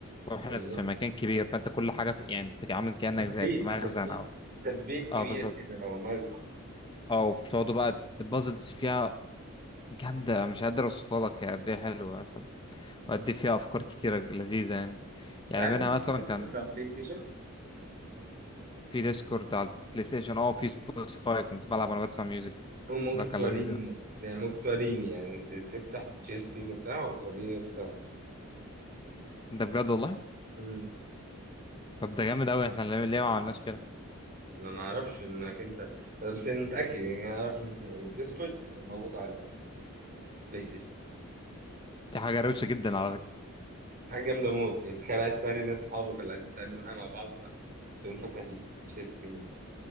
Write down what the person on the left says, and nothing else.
واحنا
في مكان كبير فانت كل حاجة في... يعني انت عامل كأنك
زي
في مخزن
او
اه بالظبط
او بتقعدوا بقى البازلز فيها جامدة مش قادر اوصفها لك هي قد ايه حلوة مثلا وقد ايه فيها افكار كتيرة لذيذة يعني
يعني
منها
مثلا
كان
في ديسكورد على البلاي ستيشن اه في سبوتيفاي كنت بلعب وانا بسمع ميوزك
ده كان
لذيذ أوي.
ده بجد والله
طب ده جامد قوي احنا ليه ليه ما عملناش كده
دي حاجة روشة جدا على فكرة